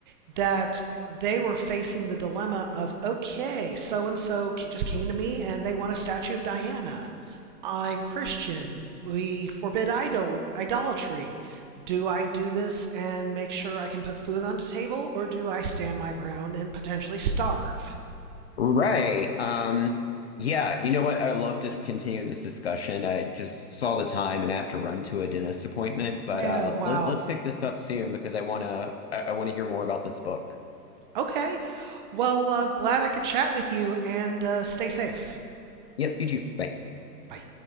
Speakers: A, on the right; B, on the left.
A: that they were facing the dilemma of okay, so and so just came to me and they want a statue of Diana. I'm Christian. We forbid idol- idolatry. Do I do this and make sure I can put food on the table, or do I stand my ground and potentially starve?
B: Right. Um, yeah, you know what? I'd love to continue this discussion. I just saw the time and I have to run to a dentist appointment, but
A: Yeah,
B: uh,
A: wow.
B: let, let's pick this up soon because I wanna I, I wanna hear more about this book.
A: Okay. Well, uh, glad I could chat with you and uh, stay safe.
B: Yep, you too. Bye.
A: Bye.